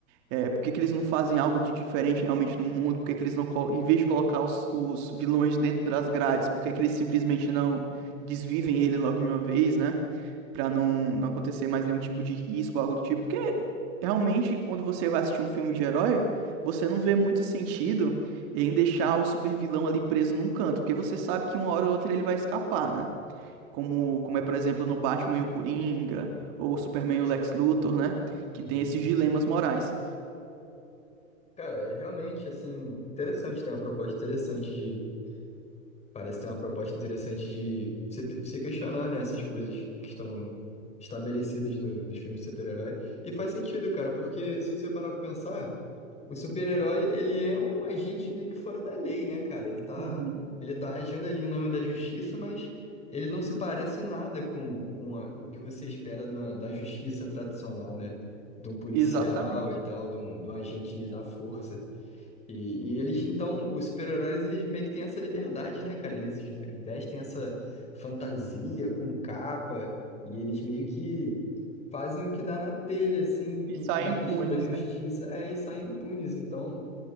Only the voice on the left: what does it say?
Uhum.
Cara, é realmente assim, interessante, tem uma proposta interessante de. Parece ter uma proposta interessante de se, se questionar, né, essas coisas que estão estabelecidas no- nos filmes de super-herói. E faz sentido, cara, porque se você parar pra pensar, o super-herói, ele é um agente meio que fora da lei, né, cara? Ele tá,
ele tá agindo ali em nome da justiça, mas ele não se parece nada com, com a- o que você espera da, da justiça tradicional, né? De um policial
e tal, de um de um agente da força. E, e eles, então, os super-heróis, eles meio que têm essa liberdade, né, cara? Eles v- vestem essa fantasia com capa e eles meio que fazem o que dá na telha, assim,
em-
na
questão da justiça,
é, e saem impunes. Então,